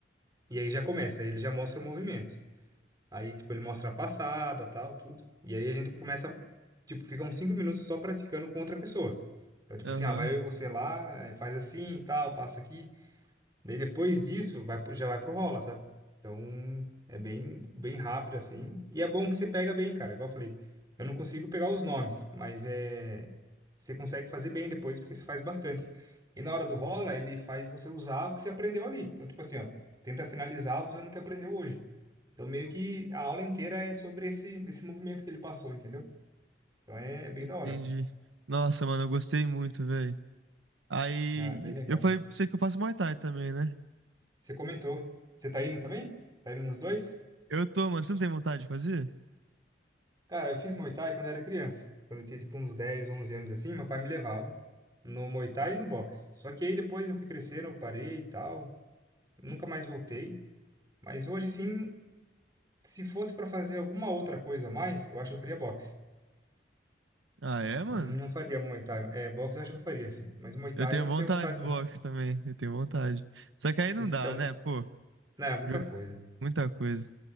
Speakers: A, on the right; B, on the right.
A: E aí já começa, aí ele já mostra o movimento. Aí, tipo, ele mostra a passada, tal, tudo. E aí a gente começa, tipo, fica uns cinco minutos só praticando com outra pessoa. Então, tipo
B: Aham,
A: assim, ah, vai eu e você lá, eh, faz assim, tal, passa aqui. Daí depois disso, vai, pro- já vai pro rola, sabe? Então, é bem, bem rápido assim. E é bom que você pega bem, cara. Igual eu falei, eu não consigo pegar os nomes, mas é você consegue fazer bem depois porque você faz bastante. E na hora do rola, ele faz você usar o que você aprendeu ali. Então, tipo assim, ó, tenta finalizar usando o que aprendeu hoje. Então, meio que a aula inteira é sobre esse esse movimento que ele passou, entendeu? Então, é, é bem
B: entendi.
A: da hora.
B: Nossa, mano, eu gostei muito, velho. Aí
A: né? É bem legal.
B: eu falei pra você que eu faço Muay Thai também, né?
A: Você comentou. Você tá indo também? Tá indo nos dois?
B: Eu tô, mano, você não tem vontade de fazer?
A: Cara, eu fiz Muay Thai quando era criança. Quando eu tinha tipo uns 10 11 anos assim, meu pai me levava no Muay Thai e no boxe. Só que aí depois eu fui crescendo, eu parei e tal, nunca mais voltei. Mas hoje assim, se fosse pra fazer alguma outra coisa a mais, eu acho que eu faria boxe.
B: Ah, é, mano?
A: Não não faria Muay Thai. É, boxe eu acho que eu faria assim, mas Muay Thai
B: Eu tenho
A: eu não
B: vontade
A: tenho vontade
B: do
A: não.
B: boxe também, eu tenho vontade. Só que aí não
A: Então,
B: dá, né, pô?
A: não, é muita
B: Ju-
A: coisa.
B: Muita coisa.